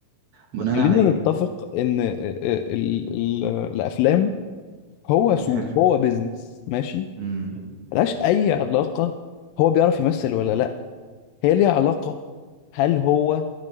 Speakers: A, on the right (about 65°); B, on the left (about 80°).
A: بناء
B: خلينا
A: على ايه
B: نتفق ان ال- ال- ال- الافلام هو سوق
A: حلو
B: هو بيزنس ماشي
A: امم
B: ملهاش اي علاقه هو بيعرف يمثل ولا لا هي ليها علاقه هل هو